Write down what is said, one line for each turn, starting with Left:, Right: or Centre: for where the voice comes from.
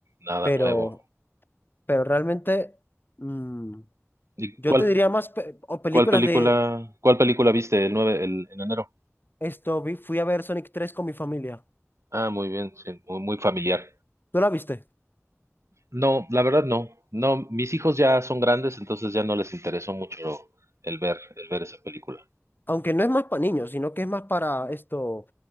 Right: Nada
Left: pero,
Right: nuevo.
Left: pero realmente, mm,
Right: ¿Y
Left: yo
Right: cuál
Left: te diría más pe- o películas
Right: ¿Cuál película,
Left: de
Right: cuál película viste el 9 el, en enero?
Left: esto, vi- fui a ver Sonic tres con mi familia.
Right: Ah, muy bien, sí, muy, muy familiar.
Left: ¿Tú la viste?
Right: No, la verdad no. No, mis hijos ya son grandes, entonces ya no les interesó mucho el ver, el ver esa película.
Left: Aunque no es más para niños, sino que es más para esto,